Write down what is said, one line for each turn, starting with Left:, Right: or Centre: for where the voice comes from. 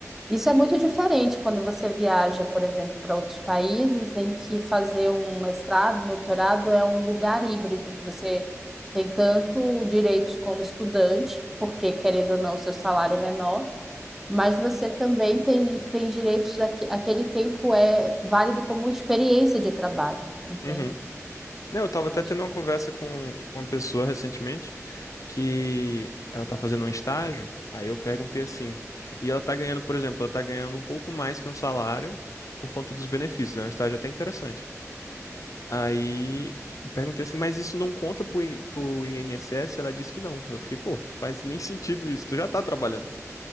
Centre: Isso é muito diferente quando você viaja, por exemplo, para outros países em que fazer um mestrado, doutorado é um lugar híbrido. Você tem tanto direitos como estudante, porque querendo ou não, o seu salário é menor, mas você também tem, tem direitos, aque- aquele tempo é válido como experiência de trabalho, entende?
Left: uhum. Não, eu tava
Centre: Acho
Left: até tendo
Centre: que
Left: uma conversa com, com uma pessoa recentemente que ela tá fazendo um estágio, aí eu perguntei assim, e ela tá ganhando, por exemplo, ela tá ganhando um pouco mais que um salário por conta dos benefícios, é um estágio até interessante. Aí eu perguntei assim, mas isso não conta pro, I- pro INSS? Ela disse que não. Eu fiquei, pô, faz nem sentido isso, tu já tá trabalhando.